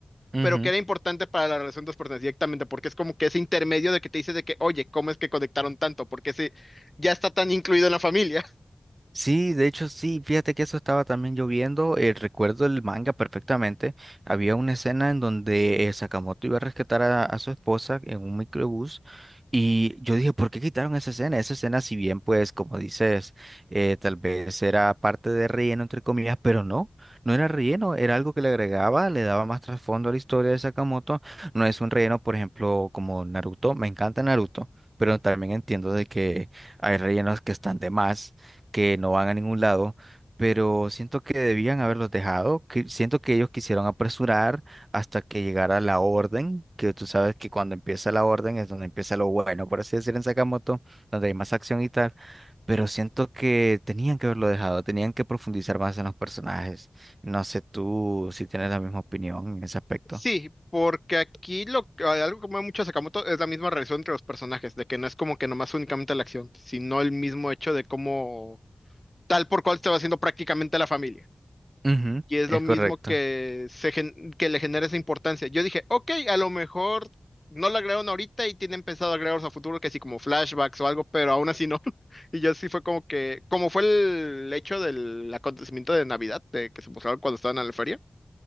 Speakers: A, on the right; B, on the left.
A: ujú.
B: pero que era importante para la relación de los personajes directamente, porque es como que ese intermedio de que te dice de que, oye, ¿cómo es que conectaron tanto? Porque ese ya está tan incluido en la familia. <laughs>
A: Sí, de hecho sí, fíjate que eso estaba también lloviendo, eh, recuerdo el manga perfectamente, había una escena en donde eh, Sakamoto iba a rescatar a, a su esposa en un microbús y yo dije, ¿por qué quitaron esa escena? Esa escena si bien pues como dices, eh, tal vez era parte de relleno entre comillas, pero no, no era relleno, era algo que le agregaba, le daba más trasfondo a la historia de Sakamoto, no es un relleno por ejemplo como Naruto, me encanta Naruto, pero también entiendo de que hay rellenos que están de más que no van a ningún lado, pero siento que debían haberlos dejado, que siento que ellos quisieron apresurar hasta que llegara la orden, que tú sabes que cuando empieza la orden es donde empieza lo bueno, por así decir, en Sakamoto, donde hay más acción y tal, pero siento que tenían que haberlo dejado, tenían que profundizar más en los personajes. No sé tú si tienes la misma opinión en ese aspecto.
B: Sí, porque aquí lo que- algo que mueve mucho a Sakamoto es la misma relación entre los personajes, de que no es como que nomás únicamente la acción, sino el mismo hecho de cómo tal por cual se va haciendo prácticamente la familia.
A: Ujú,
B: Y es
A: es
B: lo mismo
A: correcto.
B: que, se gen- que le genera esa importancia. Yo dije, ok, a lo mejor no la agregaron ahorita y tienen pensado agregarlos a futuro, que sí, como flashbacks o algo, pero aún así no. <laughs> Y yo sí fue como que, como fue el hecho del acontecimiento de Navidad, de que se mostraron cuando estaban en la feria,